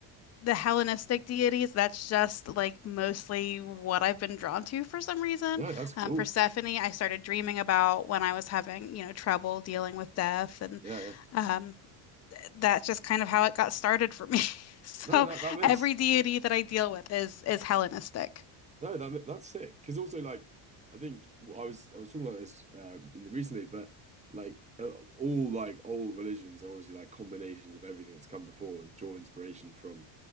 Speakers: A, on the left (about 35°); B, on the right (about 15°).
A: the Hellenistic deities, that's just like mostly what I've been drawn to for some reason.
B: No, that's cool.
A: Um, Persephone, I started dreaming about when I was having, you know, trouble dealing with death, and
B: Yeah, yeah.
A: um, that's just kind of how it got started for me. <laughs> So
B: No, that that makes
A: every deity that I deal with is is Hellenistic.
B: No, that that's sick. Because also, like, I think I was I was talking about this uh, in the recently, but like uh, all like old religions are obviously like combinations of everything that's come before and draw inspiration from